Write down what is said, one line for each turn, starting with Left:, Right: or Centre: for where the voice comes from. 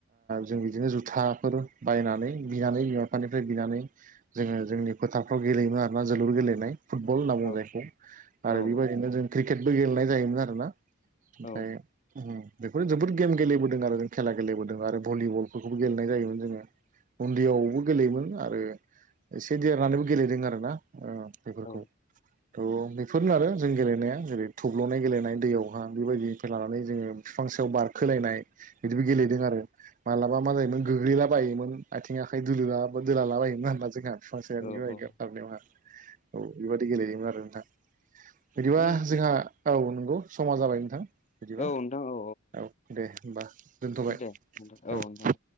Right: जों बिदिनो जुथाफोर बायनानै बिनानै बिमा बिफानिफ्राय बिनानै जोङो जोंनि फोथारफ्राव गेलेयोमोन आरोोना जोलुर गेलेनाय फुटबल होनना बुंङो
Left: औ
Right: जायखौ आरो
Left: औ
Right: बेबायदिनो जों क्रिकेटबो गेलेनाय जायोमोन आरोना ओमफ्राय
Left: औ औ
Right: बेखौनो जोबोद गेम गेलेबोदों आरो जों खेला गेलेबोदों आरो भलिबलफोरखौबो गेलेनाय जायोमोन जोङो उन्दैयाव गेलेयोमोन आरो एसे देरनानैबो गेलेदों आरोना बेफोरखौ
Left: औ
Right: थ' बेफोरनो आरो जों गेलेनाया जेरै थब्ल'नाय गेलेनाय दैयावहा बेबायदिनिफ्राय लानानै जोङो बिफां सायाव बारखोलायनाय बिदिबो गेलेदों आरो मालाबा मा जायोमोन गोग्लैलाबायायोमोन आथिं आखाइ दुलुला दोलो ला लाबायायोन जोंहा बिफां सायाव
Left: औ औ
Right: <unintelligible> औ बेबादि गेलेयोमोन आरो नोंथहा बिदिबा
Left: उम
Right: जोंहा औ नंगौ समा जाबाय नोंथां बिदिबा
Left: औ नोंथां औ
Right: औ दे होनोमबा दोनथ'बाय
Left: दे नोंथां
Right: औ
Left: नोंथां